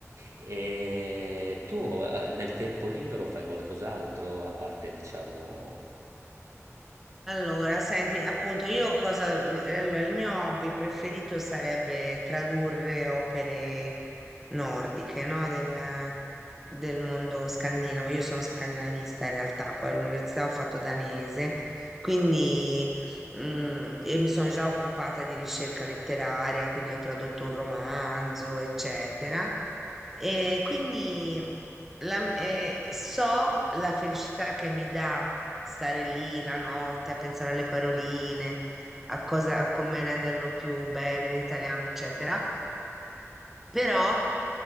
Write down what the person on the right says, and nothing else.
E tu eh, nel tempo libero fai qualcos'altro a parte, diciamo...